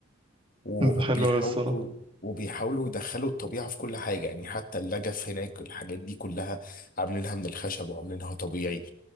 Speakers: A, on the left; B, on the right.
A: وبيحاولوا
B: حلوة أوي الصراحة
A: وبيحاولوا يدخلوا الطبيعة في كل حاجة يعني حتى اللجف هناك الحاجات دي كلها عاملينها من الخشب وعاملينها طبيعي